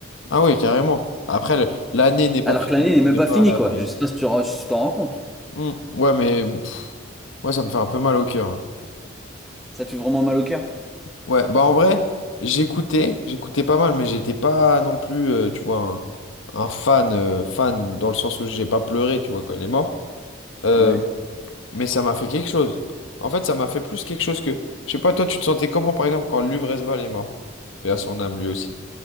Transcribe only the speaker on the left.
Ah oui, carrément. Après, le- l'année n'est pas
finie,
donc
on n'est
pas
à l'abri.
Hmm. Ouais, mais pff, ouais, ça me fait un peu mal au cœur. hein.
Ouais, bah en vrai, j'écoutais, j'écoutais pas mal, mais j'étais pas non plus, euh, tu vois, un, un fan, euh, fan dans le sens où j'ai pas pleuré, tu vois, quand il est mort. Euh,
Mais ça m'a fait quelque chose. En fait, ça m'a fait plus quelque chose que... Je sais pas, toi, tu te sentais comment, par exemple, quand Luvresval est mort? Paix à son âme, lui aussi.